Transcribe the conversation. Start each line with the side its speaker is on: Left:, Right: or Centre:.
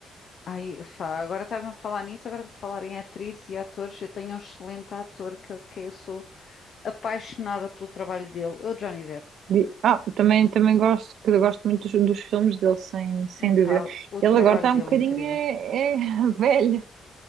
Left: Ai, fá, agora estás-me a falar nisso, agora de falar em atrizes e atores, eu tenho um excelente ator que eu, de quem eu sou apaixonada pelo trabalho dele. Eu, Johnny Depp.
Right: di- ah, também, também gosto, que eu gosto muito dos, dos filmes dele, sem, sem
Left: Epá,
Right: dúvida.
Left: o
Right: Ele
Left: trabalho
Right: agora está
Left: dele
Right: um bocadinho
Left: é incrível.
Right: é, é <laughs> velho.